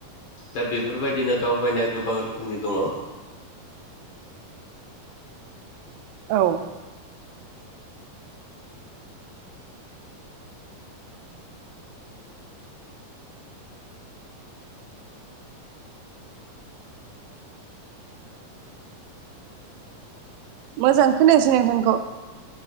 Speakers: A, on the left; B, on the right.
A: दा बेफोरबायदिनो दावबायनाया गोबां रोखोमनि दङ
B: औ मोजां खोनायासै नोंथांखौ